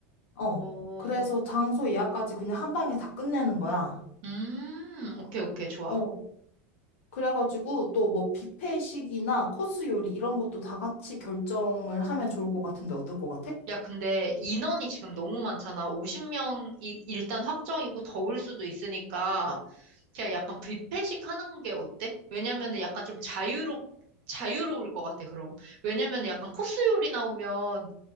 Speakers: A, on the left (about 70°); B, on the right (about 45°).
A: 어.
B: 오,
A: 그래서
B: 오,
A: 장소 예약까지 그냥 한 방에 다 끝내는 거야.
B: 음, 오케이, 오케이, 좋아.
A: 어, 그래가지고 또 뭐 뷔페식이나 코스 요리 이런 것도 다 같이 결정을 하면 좋을 것 같은데 어떨 것 같아?
B: 야, 근데 인원이 지금 너무 많잖아. 50명이 일단 확정이고 더울 수도 있으니까 그냥 약간 뷔페식 하는 게 어때? 왜냐면은 약간 좀 자유롭 자유로울 것 같아, 그럼. 왜냐면은 약간 코스 요리 나오면